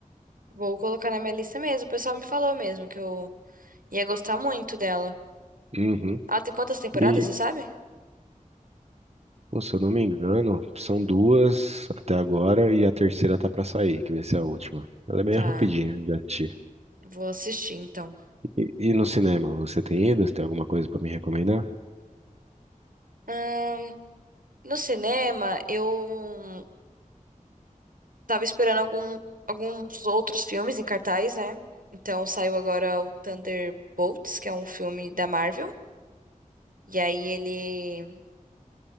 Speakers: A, on the right; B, on the right.
A: vou colocar na minha lista mesmo. O pessoal me falou mesmo que eu ia gostar muito dela.
B: Uhum.
A: Ela tem quantas temporadas,
B: E,
A: você sabe?
B: pô, se eu não me engano, são duas até agora e a terceira tá pra sair, que vai ser a última. Ela é meio
A: Tá,
B: rapidinha de assistir.
A: vou assistir então.
B: E, e no cinema, você tem ido? Você tem alguma coisa pra me recomendar?
A: Ahn, no cinema, eu. Tava esperando algum, alguns outros filmes em cartaz, né? Então saiu agora o Thunderbolts, que é um filme da Marvel. E aí ele